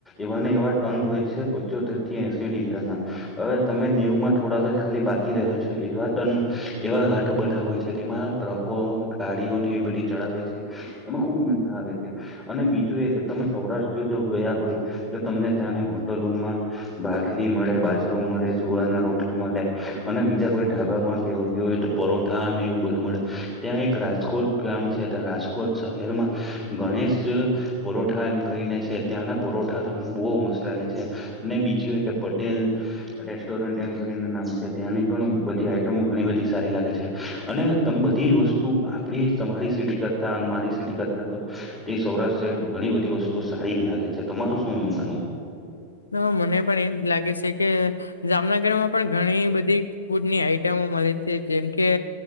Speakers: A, on the left (about 20°); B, on the left (about 80°).
A: એવાને એવા ટર્ન હોય છે પચોતેર થી એશી ડિગ્રાના હવે તમે નેવુંમાં થોડાક જ ખાલી બાકી રહ્યો છો એવા ટન એવા ઘાટ બધા હોય છે તેમાં ટ્રકો ગાડીઓને એ બધી ચડાવે છે. એમાં ખુબ મજા આવે છે. અને બીજું એ કે તમે સૌરાષ્ટ્ર જો ગયા હોય તો તમને ત્યાંની હોટલોમાં ભાખરી મળે બાજરો મળે જુવાર ના રોટલા મળે અને બીજા કોઈ ઢાબા માં ગયો ગયો હોય તો પરોઠા અને એવું બધું મળે ત્યાં એક રાજકોટ ગામ છે ત્યાં રાજકોટ શહેરમાં ગણેશ અ પરોઠા એમ કરીને છે ત્યાંના પરોઠા તમને બહુ મસ્ત લાગે છે અને બીજું એ કે પટેલ રેસ્ટોરન્ટ એમ કરીને નામ છે ત્યાંની પણ બધી આઈટમો ઘણી બધી સારી લાગે છે. અને તમ બધી જ વસ્તુ આપડી તમારી સિટી કરતા મારી સિટી કરતા તો તે સૌરાષ્ટ્ર સાઇડ ઘણી બધી વસ્તુઓ સારી જ લાગે છે તમારું શું એવું માનવું?
B: હા મને પણ એ જ લાગે છે કે જામનગરમાં પણ ઘણી બધી ફૂડની આઇટમો મળે છે જેમ કે